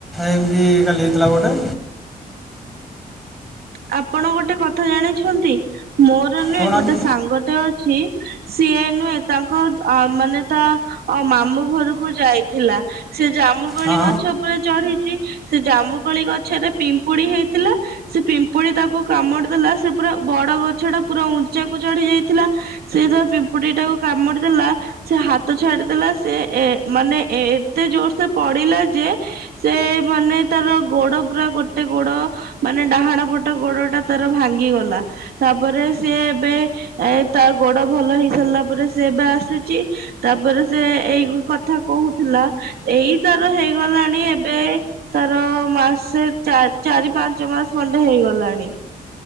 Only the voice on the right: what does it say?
ଆପଣ ଗୋଟେ କଥା ଜାଣିଛନ୍ତି ମୋର ନୁଏ
ଗୋଟେ ସାଙ୍ଗଟେ ଅଛି। ସିଏ ନୁହେଁ ତାଙ୍କ ଅ ମାନେ ତା ଅ ମାମୁଁ ଘରକୁ ଯାଇଥିଲା। ସେ ଜାମୁକୋଳି
ଗଛ ଉପରେ ଚଢିଚି। ସେ ଜାମୁକୋଳି ଗଛରେ ପିମ୍ପୁଡି ହେଇଥିଲା ସେ ପି ପୁଡି ତାକୁ କାମୁଡି ଦେଲା ସେ ପୁରା ବଡ ଗଛ ଟା ପୁରା ଉଞ୍ଚାକୁ ଚଢି ଯାଇଥିଲା ସେଇଥା ପି ପିମ୍ପୁଡ଼ି ଟାକୁ କାମୁଡି ଦେଲା ସେ ହାତ ଛାଡିଦେଲା ସେ ଏ ମାନେ ଏ ଏତେ ଜୋର ସେ ପ ଡିଲା ଯେ ସେ ମାନେ ତାର ଗୋଡ ପୁରା ଗୋଟେ ଗୋଡ ମାନେ ଡାହାଣ ପ ଟ ଗୋଡ ଟା ତାର ଭାଙ୍ଗି ଗଲା ତାପରେ ସିଏ ଏବେ ତା ଗୋଡ ଭଲ ହେଇସା ଲା ପରେ ସେ ଏବେ ଆସୁଚି ତାପରେ ସେ ଏଇ କଥା କହୁଥୁଲା ଏଇ ତାର ହେଇଗଲାଣି ଏବେ ତାର ମାସେ ଚା-ଚାରି ପାଞ୍ଚ ମାସ ଖଣ୍ଡେ ହେଇଗ ଲାଣି।